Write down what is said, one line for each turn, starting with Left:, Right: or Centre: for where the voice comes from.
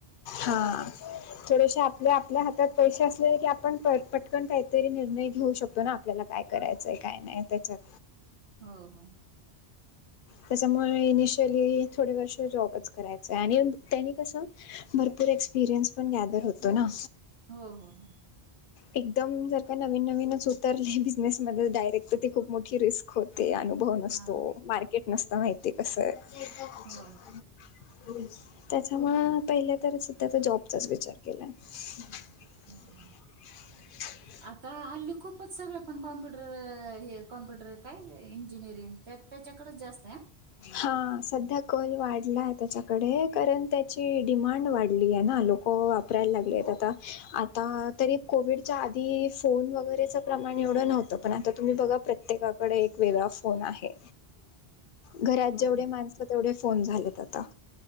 Left: हां. थोडेसे आपले, आपल्या हातात पैसे असले ना की, आपण पट-पटकन काहीतरी, निर्णय घेऊ शकतो ना? आपल्याला काय करायचंय, काय नाही त्याच्यात.
Right: हो हो.
Left: त्याच्यामुळे इनिशियली, थोडे वर्ष जॉबच करायचाय आणि त्यांनी कसं भरपूर एक्सपिरियन्स, पण गॅदर होतो ना?
Right: हो, हो, हो.
Left: एकदम जर का, नवीन-नवीनच उतरले, बिझनेसमध्ये, डायरेक्ट, तर ती खूप मोठी रिस्क होते, अनु भव नसतो,
Right: हां.
Left: मार्केट नसत माहिती, कसं <unintelligible>
Right: हो,
Left: त्याच्यामुळ
Right: हम्.
Left: पहिल्या तरच सुद्धा, जॉबचा विचार केला. <unintelligible>
Right: हो, हो. आता हल्ली खूपच सगळे, पण कॉम्प्युटर, हे कॉम्प्युटर काय इंजिनिअरिंग, त्यात त्याच्याकडच जास्त ये अं.
Left: हां, सध्या कल वाढलाय त्याच्याकडे, कारण त्याची डिमांड वाढ लिये ना, लोकं वापरायला लागलेत, आता-आता तरी कोविडच्या आधी, फोन वगैरे चं प्रमाण एवढं नव्हतं, पण आता तुम्ही बघा, प्रत्येकाकडे एक वेगळा फोन आहे. घरात
Right: हो,
Left: जेवढे
Right: हो.
Left: माणस तेवढे फोन झालेत आता.